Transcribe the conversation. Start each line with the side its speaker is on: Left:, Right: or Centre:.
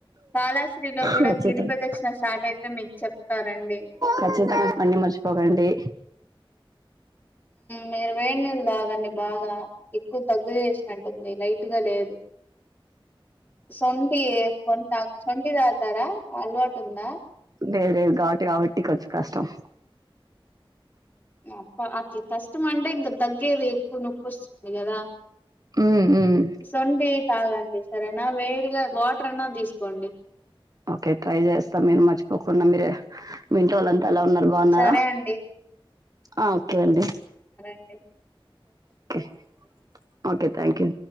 Left: కాళాశ్రీలో కూడా
Right: ఖచ్చితంగా
Left: గిరిపదక్షిణ స్టార్ట్ అయితే మీకు చెప్తారంండి
Right: ఖచ్చితంగా రండి మర్చిపోకండి
Left: మీరు వేడి నీళ్లు తాగండి బాగా ఎక్కువ తగ్గు చేసినంటుంది లైట్ గా లేదు సండే <unintelligible> టీ తాగుతారా అల్వాటుంద
Right: లేేరు లేేరు ఘాటు కాబట్టి కొంచెం కష్టం
Left: ప్ప అట్లా కష్టం అంటే ఇంకా తగ్గేది ఎక్కువ నొప్ప వస్తుంది కదా
Right: మ్మ్ హ్మ్
Left: సొంటి తాగండి సరేనా వేడిగా వాటర్ అన్నా తీసుకోండి
Right: ఓకే ట్రై చేస్తా మీరు మర్చిపోకుండా మీరే మీట్ వాళ్ళంతా
Left: ఉమ్,
Right: అలా ఉన్నారు బాగున్నారా
Left: సరే అండి
Right: ఆ ఓకే అండి
Left: అ
Right: కే ఓకే థ్యాంక్ యూ